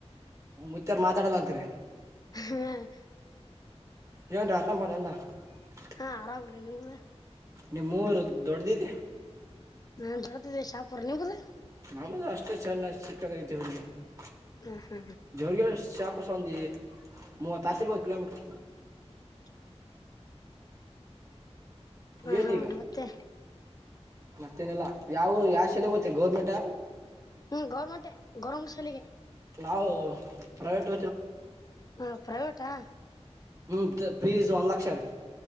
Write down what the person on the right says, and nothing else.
ಮುುತ್ತಾರ್ ಮಾತಾಡಲ್ಲ ಅಂತರಿ
ಯನು ರಲ್ಲ ಮಲ್ಲಲ್ಲ <unintelligible>
ನಿಮ್ಮುರು ದೊಡ್ಡ್ದಿದೆ
ನಮ್ಮದು ಅಷ್ಟು ಚೆನ್ನಾಗಿ ಸಿಕ್ಕದ ಜೇವ್ರಿಗೆ <unintelligible>
ಜೋರ್ಗೆ ಶಾಪರ್ಸ್ <unintelligible> ಒಂದು ಮೂವತ್ತತ್ತ ಇವತ್ತು ಕಿಲೋಮೀಟರ್
ಏನೀಗ
ತ್ತನೆಲ್ಲಾ ಯಾವ ಯಾವ ಶಲೆ ಹೋಗತ್ತೆ ಗೌರ್ಮೆಂಟ್
ನಾವು ಪ್ರವೇಟ್
ಹ್ಞ ಫೀಸ್ ಒನ್ ಲಕ್ಷ ರೀ